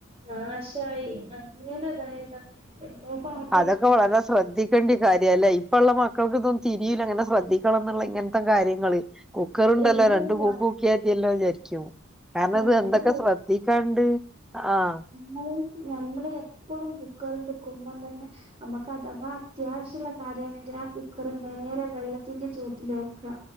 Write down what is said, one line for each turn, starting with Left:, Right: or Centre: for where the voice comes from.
Right: നാശായി അങ്ങെനെ ഇതായത. <unintelligible>
Centre: അതൊക്കൊ ഓരോ ശ്രദ്ധിക്കേണ്ടി കാര്യല്ലേ ഇപ്പ ഇള്ള മക്കൾക്ക് ഇതൊന്നും തിരിയൂല ഇങ്ങനെ ശ്രദ്ധിക്കണം എന്നുള്ള ഇങ്ങനത്തെ കാര്യങ്ങള്. കുക്കറ്ണ്ടല്ലോ
Right: ഇല്ലല്ല
Centre: രണ്ട് കൂക്കുക്കിയാത്തിയല്ലോ വിചാരിക്ക്യും കാരണം
Right: ആ
Centre: ഇത്
Right: രണ്ട്
Centre: എന്തൊക്കെ ശ്രദ്ധിക്കാണ്ട് ആഹ്.
Right: നോക്കി ഞമ്മൾ എപ്പളും കുക്കർ എട്ക്കുമ്പം തന്നെ അമ്മക്ക് അഥവാ അത്യാവശ്യള്ള കാര്യണെങ്കിൽ ആ കുക്കറ് നേരെ വെള്ളത്തിന്റെ ചോട്ടില് വെക്ക